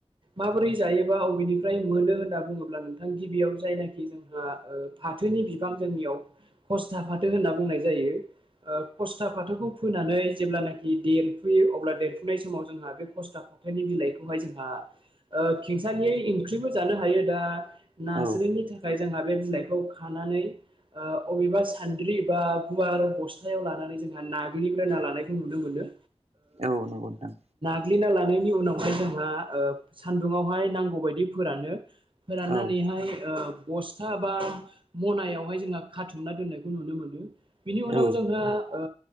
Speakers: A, on the right; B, on the right.
A: माबोरै जायोबा अबेनिफ्राय मोनो होनना बुङोब्ला अब्ला नोंथां गिबियाव जायनाखि जोंहा फाथोनि बिबां जोंनियाव खसथा फाथो होनना बुंनाय जायो ओ खसथा फाथोखौ फोनानै जेब्लानाखि देरफुयो अब्ला देरफुनाय समाव जोंहा बे खसथा फाथोनि बिलाइखौहाय जोंहा खेंसालियायै ओंख्रिबो जानो हायो दा नारज्रिनि
B: औ
A: थाखाय जोंहा बे बिलाइखौ खानानै ओ अबेबा सानद्रि बा गुवार बसथायाव लानानै जोंहा नाग्लिग्रोना लानायखौ नुनो मोनो
B: औ नंगौ नोंथां
A: ग्लिना लानायनि उनावहाय जोंहा सानदुङावहाय नांगौ बायदि फोरानो फोराननानैहाय
B: औ
A: बसथा बा मनायावहाय जोंहा खाथुमना दोननायखौ नुनो मोनो बिनि उनाव
B: औ
A: जोंहा ओ